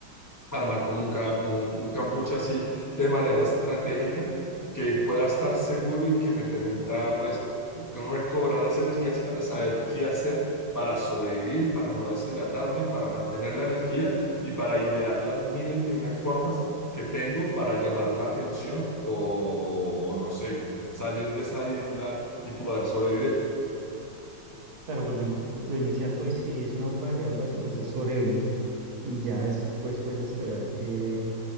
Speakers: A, on the left; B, on the right.
A: armar como un, ca- un, un cambuche así de manera estratégica que pueda estar seguro y que me permita pues recobrar las energías para saber qué hacer, para sobrevivir, para no deshidratarme, para mantener la energía y para idear las miles de unas formas que tengo para llamar la atención o, o no sé, salir de esa isla y poder sobrevivir.
B: Claro, pues lo, in- lo inicial, pues si es un naufragio o algo así, pues es sobrevivir y ya después puedes esperar que,